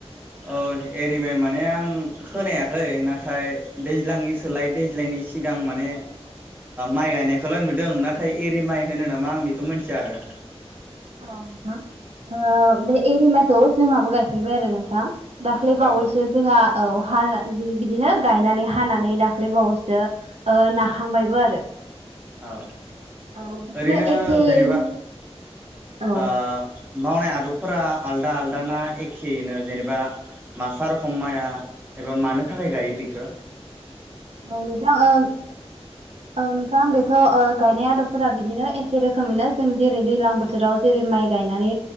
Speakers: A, on the right (about 15°); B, on the right (about 70°).
A: औ एरिमाइ माने आं खोनायाखै नाथाय दैज्लांनि सोलाय दैज्लांनि सिगां माने माइ ओ गायनायखौल' नुदों नाथाय एरि माइ होनो नामा आं बेखौ मिथिया आरो
B: अ नोंथां ओ बे एरि माइखौ जोंहाबो गायफेरबाय आरो नोंथां दाख्लै बावैसो
A: औ
B: जोंहा औ हा बिदिनो गायनानै हानानै दाख्लै बावैसो ओ नाखांबायबो आरो
A: औ
B: औ बिदिनो
A: ओरैनो
B: एखेयैनो
A: जेनेबा ओ
B: औ
A: मावनाय आदबफोरा आलदा आलदा ना एखेयैनो जेनेबा मास्टार हमनाया एबा मानो थाखाय गायो बेखो
B: औ नोंथां ओ औ नोंथां बे थ' ओ गायनाय आदबफोरा बिदिनो एखे रोखोमैनो जों जेरै दैलां बोथोराव जेरै माइ गायनानै